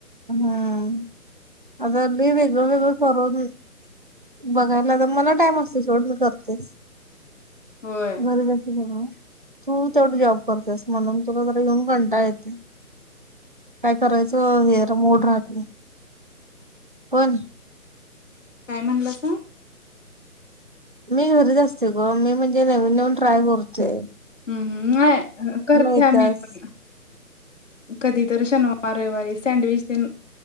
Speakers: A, on the right; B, on the left.
A: हम्म. अगं लय वे गळ वेगळं करालोय, बघाय लागत मला टाइम असतंय सोड, मी करतेच.
B: होय
A: घरीच असते म्हणून तू तेवढं जॉब करतेस म्हणून तुला जम म्हणून कंटाळा येत नाही. काय करायचं हेन मूड राहत नाही, पण
B: काय म्हणलासा?
A: मी घरीच असते गं, मी म्हणजे नवीन नवीन ट्राय करतोय.
B: हम्म हम्म, नाय करत्या
A: येत्यास
B: मीपण कधीतर शन वार रविवारी. सँडविच तेन